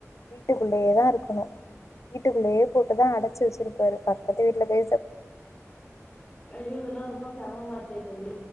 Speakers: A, on the left; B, on the left.
A: வீட்டுக்குள்ளேயே தா இருக்கணு வீட்டுக்குள்ளேயே போட்டுதா அடைச்சு வெச்சுருப்பாரு பக்கத்து வீட்ல பேச
B: ஐயோ இதெல்லா ரொம்ப சிரமமாச்சே தோழி